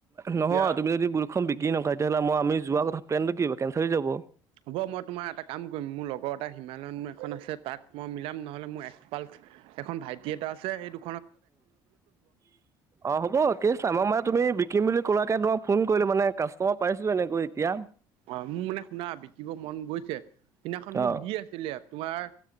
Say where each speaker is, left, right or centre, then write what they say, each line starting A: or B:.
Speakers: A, on the right (about 75°); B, on the right (about 30°).
A: তেতিয়া
B: নহয় তুমি যদি বুলেটখন বিকি নখয় তেতিয়াহ'লে মই আমি যোৱা কথা প্লেন টো কিহব কেনচেল হৈ যাব
A: হ'ব মই তোমাৰ এটা কাম কৰিম মোৰ লগৰ এটা হিমালয়ন এখন আছে তাত মই মিলাম নহ'লে মোৰ এক্ পালচ এখন ভাইটি এটা আছে সেইটো
B: অ' হ'ব কেছ নাই মই মানে তুমি বিকিম বুলি ক'লাকে তোমই ফোন কৰিলোঁ মানে কাষ্টমাৰ পাইছিলো এনেকৈ এতিয়া
A: অ' মোৰ মানে শুনা বিকিব মন গৈছে সিদিনাখন মোক
B: অ
A: য আছিলে তোমাৰ